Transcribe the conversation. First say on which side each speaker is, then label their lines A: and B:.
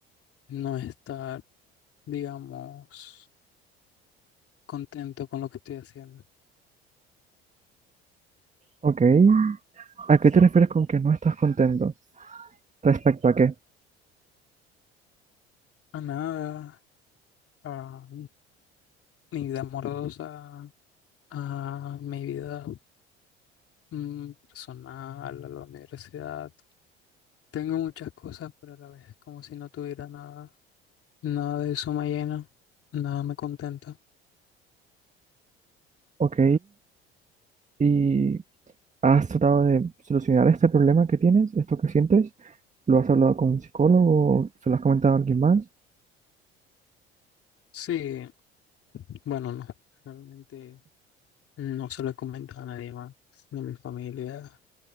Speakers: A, on the left; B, on the right.
A: no estar, digamos, contento con lo que estoy haciendo.
B: Ok, ¿a qué te refieres con que no estás contento? ¿Respecto a qué?
A: A nada, a mi vida amorosa, a mi vida mm, personal, a la universidad. Tengo muchas cosas, pero a la vez es como si no tuviera nada. Nada de eso me llena, nada me contenta.
B: Ok, ¿y has tratado de solucionar este problema que tienes, esto que sientes? ¿Lo has hablado con un psicólogo? ¿Se lo has comentado a alguien más?
A: Sí, bueno, no, realmente no se lo he comentado a nadie más, ni a mi familia,